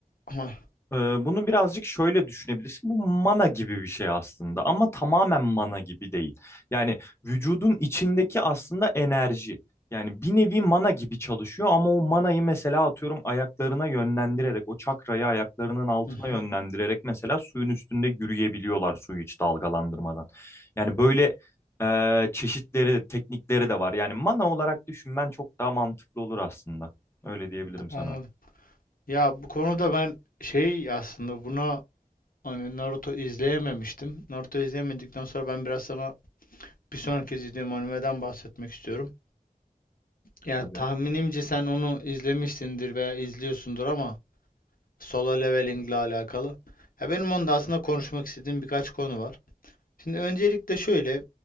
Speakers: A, on the left; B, on the left.
A: Hah,
B: Ee, bunu birazcık şöyle düşünebilirsin. Bu mana gibi bir şey aslında ama tamamen mana gibi değil. Yani vücudun içindeki aslında enerji. Yani bir nevi mana gibi çalışıyor ama o manayı mesela atıyorum ayaklarına yönlendirerek, o çakrayı ayaklarının altına
A: Hı hı,
B: yönlendirerek mesela suyun üstünde yürüyebiliyorlar suyu hiç dalgalandırmadan. Yani böyle e, çeşitleri, teknikleri de var. Yani mana olarak düşünmen çok daha mantıklı olur aslında. Öyle diyebilirim sana.
A: anladım. Ya bu konuda ben şey aslında buna hani Naruto izleyememiştim. Naruto izleyemedikten sonra ben biraz sana bir sonraki izlediğim animeden bahsetmek istiyorum. Ya
B: Tabii.
A: tahminimce sen onu izlemişsindir veya izliyorsundur ama solo leveling ile alakalı. Ya benim onda aslında konuşmak istediğim birkaç konu var. Şimdi öncelikle şöyle